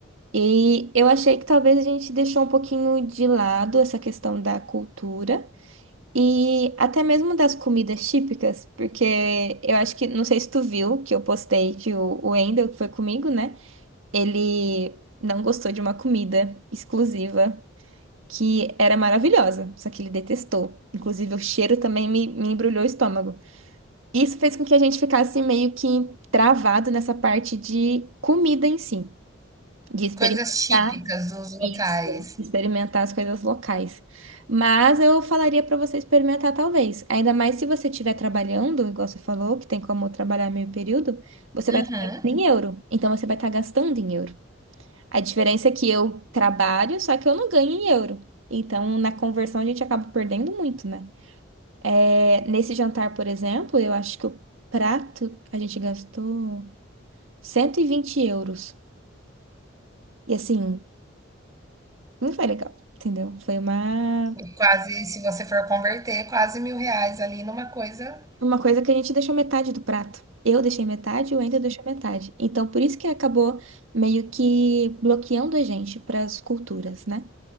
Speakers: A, on the right; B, on the right.
A: E eu achei que talvez a gente deixou um pouquinho de lado essa questão da cultura. E até mesmo das comidas típicas, porque eu acho que, não sei se tu viu, que eu postei que o, o Wendel, que foi comigo, né? Ele não gostou de uma comida exclusiva que era maravilhosa, só que ele detestou. Inclusive, o cheiro também me, me embrulhou o estômago. Isso fez com que a gente ficasse meio que travado nessa parte de comida em si, de experimentar.
B: coisas típicas dos
A: Isso,
B: locais.
A: experimentar as coisas locais. Mas eu falaria para você experimentar, talvez. Ainda mais se você estiver trabalhando, igual você falou, que tem como trabalhar meio período, você
B: Uhum.
A: vai estar ganhando em euro. Então você vai estar gastando em euro. A diferença é que eu trabalho, só que eu não ganho em euro. Então, na conversão, a gente acaba perdendo muito, né? É, nesse jantar, por exemplo, eu acho que o prato a gente gastou 120 euros. E assim, não foi legal, entendeu? Foi uma
B: E quase, se você for converter, quase mil reais ali numa coisa.
A: Uma coisa que a gente deixou metade do prato. Eu deixei metade e o Wendel deixou metade. Então, por isso que acabou meio que bloqueando a gente para as culturas, né?